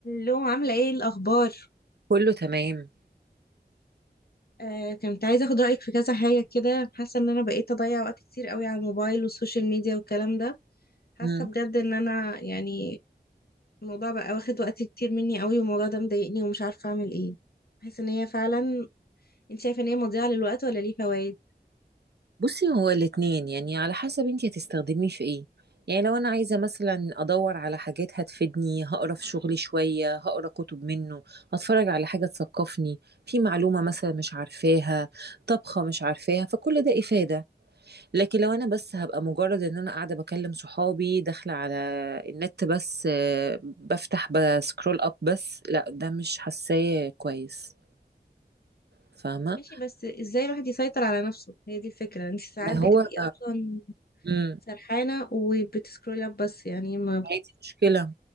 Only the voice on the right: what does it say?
كله تمام
مم.
بصي هو الاتنين يعني على حسب انتي هتستخدميه في ايه يعني لو انا عايزه مثلا ادور على حاجات هتفيدني هقرا في شغلي شويه هقرا كتب منه هتفرج على حاجه تثقفني في معلومه مثلا مش عارفاها طبخه مش عارفاها فكل ده افاده لكن لو انا بس هبقى مجرد ان انا قاعده بكلم صحابي داخله على النت بس آه، بفتح بسكرول اب بس لا ده مش حاساه كويس فاهمه
ما
هو
مم.
ما هي دي مشكلة،